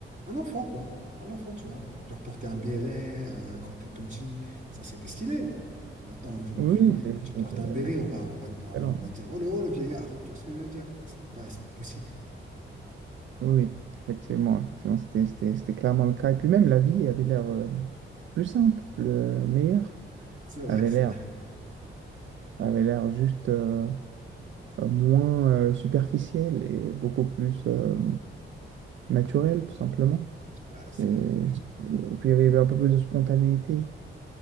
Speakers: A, on the right; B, on the right.
A: un enfant, quoi. Un enfant, tu vois. Genre porter un béret euh, quand t'es petit, ça c'était stylé. Maintenant, aujourd'hui,
B: Oui, oui,
A: euh,
B: c'est-
A: tu
B: c'était
A: portes un béret,
B: euh,
A: on va, on va,
B: excellent.
A: on va dire, oh le, oh, le vieillard. Tu vois ce que je veux dire? C'est plus pas, c'est plus possible.
B: Oui, oui, effectivement, effectivement, c'était c'était- c'était clairement le cas. Et puis même, la vie avait l'air euh, plus simple, euh, meilleure,
A: C'est vrai,
B: avait
A: c'est
B: l'air
A: vrai.
B: avait l'air juste euh, euh, moins euh, superficielle et beaucoup plus euh, naturelle, tout simplement.
A: Ouais, c'est
B: Et,
A: vrai.
B: et puis, il y avait un peu plus de spontanéité.